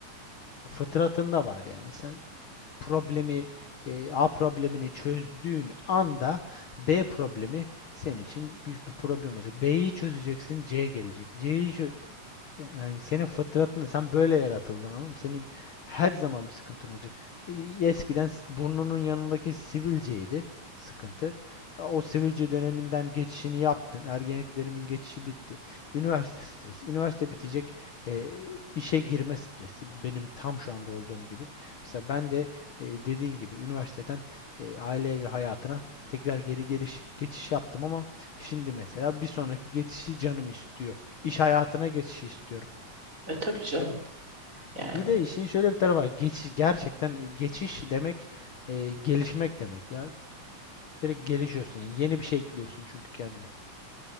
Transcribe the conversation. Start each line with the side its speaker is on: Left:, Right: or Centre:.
Left: fıtratında var yani. Sen problemi e, A problemini çözdüğün anda B problemi senin için büyük bir problem olacak. B'yi çözeceksin, C gelecek. C'yi çö- yani senin fıtratın, sen böyle yaratıldın oğlum. Senin her zaman bir sıkıntın olacak. E, Eskiden s- burnunun yanındaki sivilceydi sıkıntı. E, O sivilce döneminden geçişini yaptın. Ergenlik dönemimin geçişi bitti. Üniversite stresi. Üniversite bitecek. E, işe girme stresi. Benim tam şu anda olduğum gibi. Mesela ben de e, dediğin gibi üniversiteden e, aile evi hayatına tekrar geri geliş geçiş yaptım ama şimdi mesela bir sonraki geçişi canım istiyor. İş hayatına geçişi istiyorum.
Right: E tabii canım.
Left: Ha,
Right: Yani
Left: bir de işin şöyle bir tarafı var. Geçiş, gerçekten e, geçiş demek e, gelişmek demek ya. Direkt gelişiyorsun yani. Yeni bir şey ekliyorsun çünkü kendine.